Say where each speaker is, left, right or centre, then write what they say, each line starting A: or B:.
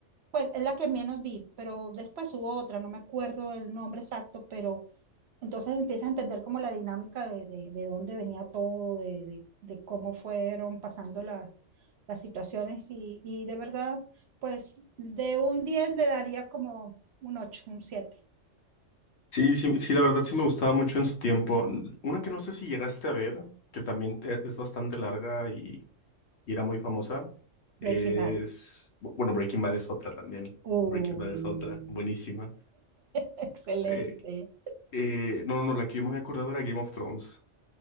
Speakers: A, on the right; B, on the left.
A: pues, es la que menos vi, pero después hubo otra, no me acuerdo el nombre exacto, pero entonces empiezas a entender como la dinámica de, de, de dónde venía todo, de, de- de cómo fueron pasando las, las situaciones y, y de verdad, pues de un 10 le daría como un ocho, un siete.
B: Sí, sí, sí, la verdad sí me gustaba mucho en su tiempo. Una que no sé si llegaste a ver, que también te- es bastante larga y, y era muy famosa, es...
A: Breaking Bad.
B: bu- Bueno, Breaking Bad es otra también.
A: Uy,
B: Breaking Bad es otra, buenísima.
A: <laughs> excelente.
B: Eh, Eh, no, no, no, la que yo me había acordado era Game of Thrones.